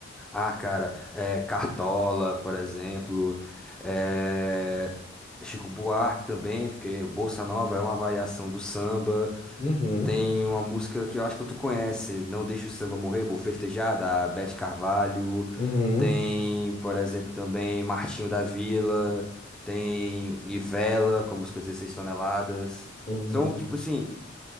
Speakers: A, in the centre; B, on the left.
A: Ah, cara, é, Cartola, por exemplo, é, Chico Buarque também, porque o Bossa Nova é uma variação do samba.
B: Uhum,
A: Tem uma música que eu acho que tu conhece, Não Deixa o Samba Morrer, Vou Festejar, da Beth Carvalho.
B: uhum,
A: Tem, por exemplo, também Martinho da Vila. Tem Nivela, com a música Dezesseis Toneladas.
B: uhum.
A: Então, tipo assim,